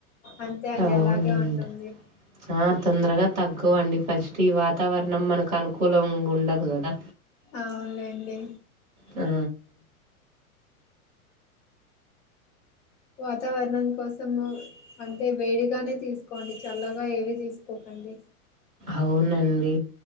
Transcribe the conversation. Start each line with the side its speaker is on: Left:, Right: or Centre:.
Left: అంతే అండి
Right: అవునండి.
Left: అలాగే ఉంటుంది
Right: ఆ తొందరగ తగ్గవండి ఫస్ట్ ఈ వాతావరణం మనకు అనుక్ కులంగ ఉండదు గదా
Left: అవున్లెండి
Right: ఆ
Left: వాతావరణం కోసము అంటే వేడిగానే తీసుకోండి చల్లగ ఏవి తీసుకోకండి
Right: అవునండి